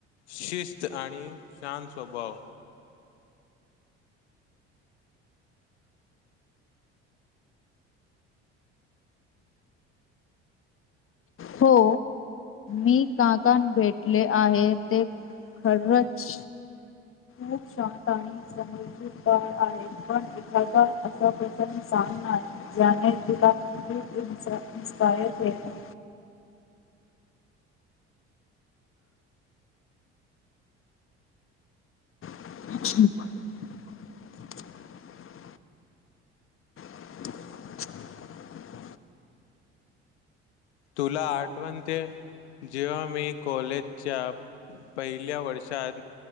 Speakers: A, on the left; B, on the left.
A: शिस्त आणि शांत स्वभाव.
B: हो मी काकान भेटले आहे ते खरंच खूप शांत आणि समजूदार आहे पण एखादा असा प्रसं सांगणार ज्याने तुला खूप इन्स्पायर केलं. <inaudible> <inaudible> <inaudible>
A: तुला आठवण ते. जेव्हा मी कॉलेजच्या पहिल्या वर्षात